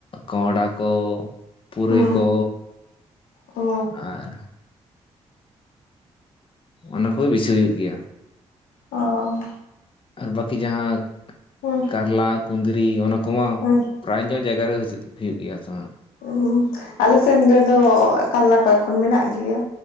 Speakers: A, on the left (about 35°); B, on the left (about 75°).
A: ᱠᱚᱸᱦᱰᱟ ᱠᱚ ᱯᱩᱨᱟᱹᱭ
B: ᱦᱮᱸ
A: ᱠᱚ
B: ᱚ
A: ᱟᱨ ᱚᱱᱟ ᱠᱚᱜᱮ ᱵᱮᱥᱤ ᱦᱩᱭᱩᱜ ᱜᱮᱭᱟ
B: ᱚ
A: ᱟᱨ ᱵᱟᱠᱤ ᱡᱟᱦᱟᱸ
B: ᱦᱮᱸ
A: ᱠᱟᱨᱞᱟ ᱠᱩᱸᱫᱽᱨᱤ ᱚᱱᱟ ᱠᱚᱢᱟ
B: ᱦᱮᱸ
A: ᱯᱨᱟᱭ ᱧᱚᱜ ᱡᱟᱭᱜᱟ ᱨᱮ <unintelligible> ᱦᱩᱭᱩᱜ ᱜᱮᱭᱟ ᱛᱚ ᱦᱟᱸᱜ
B: ᱩᱸ ᱟᱞᱮ ᱥᱮᱱ ᱨᱮᱫᱚ ᱠᱟᱞᱞᱟ ᱠᱚ ᱮᱠᱷᱚᱱ ᱢᱮᱱᱟᱜ ᱜᱮᱭᱟ